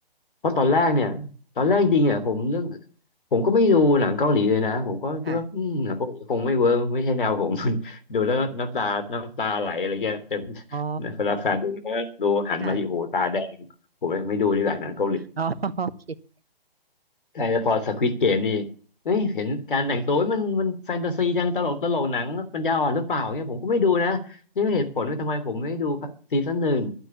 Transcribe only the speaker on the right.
ค่ะ
อ๋อ
ค่ะอ๋อ <laughs> โอเค